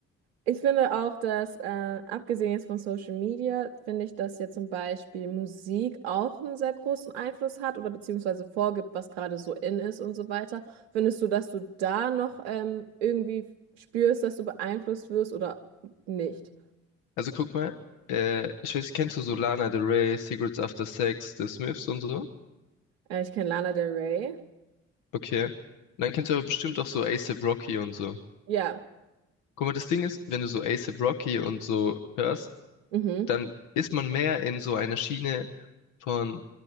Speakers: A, on the right; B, on the left.
A: Ich finde auch, dass, äh, abgesehen jetzt von Social Media, finde ich, dass ja zum Beispiel Musik auch einen sehr großen Einfluss hat oder beziehungsweise vorgibt, was gerade so in ist und so weiter. Findest du, dass du da noch ähm, irgendwie spürst, dass du beeinflusst wirst oder nicht?
B: Also guck mal, äh, ich weiß, kennst du so Lana Del Rey, Cigarettes After Sex, The Smiths und so?
A: Äh, ich kenne Lana Del Rey.
B: Okay. Und dann kennst du aber bestimmt auch so A$AP Rocky und so.
A: Ja.
B: Guck mal, das Ding ist, wenn du so A$AP Rocky und so hörst,
A: Mhm.
B: dann ist man mehr in so einer Schiene von,